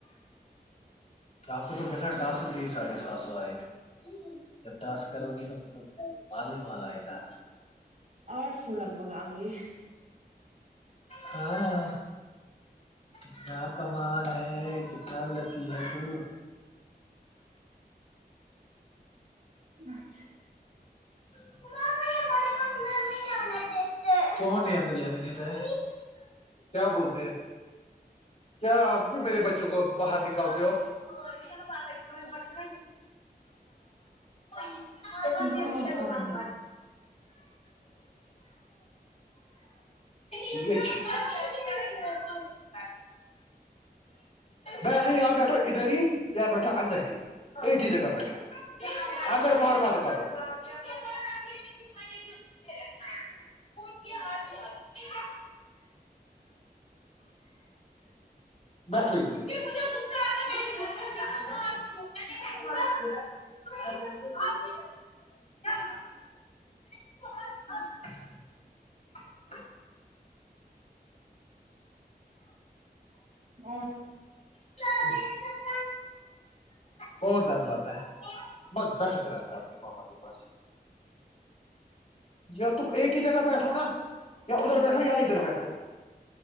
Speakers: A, on the left; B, on the right.
A: کیا آپ کو تو بنا ٹاسک کے ہی ساڑھے سات سو آئے تھے جب ٹاسک کرو گی تو پھر تو مال ہی مال آئے گا
B: آٹھ سو لگ بگ آگے
A: ہاں کتنا کمال ہے کتنا کل لکی ہے تم
B: اچھا
A: کیا <unintelligible> نہیں اندر جانے دیتا ہے کیا بولتے ہیں کیا آپ کیومیرے بچوں کو باہر نکالتے ہو ا یہ چ نا پتہ کھیت چ نا ن <unintelligible> م
B: رکاؤ
A: د ش
B: تھوڑی
A: مزا م
B: دیر
A: <unintelligible> <unintelligible> بیٹھو یا بیٹھو ادر ہی بیٹھو اند ہی ایک ہی جگہ بیٹھو اگرر باہر بات کرو <unintelligible>
B: <inaudible>
A: بیٹو ادری <unintelligible> ج <unintelligible>
B: اور
A: ہی <unintelligible>
B: <unintelligible>
A: کون دنگ لاتا ہے بس بیٹھو پھر ہمرا اپنے ماما کے پاس یا تم ایک ہی جگہ بیٹھو نا یا ادھر
B: ہلو
A: بیٹھو یا ادھر بیٹھو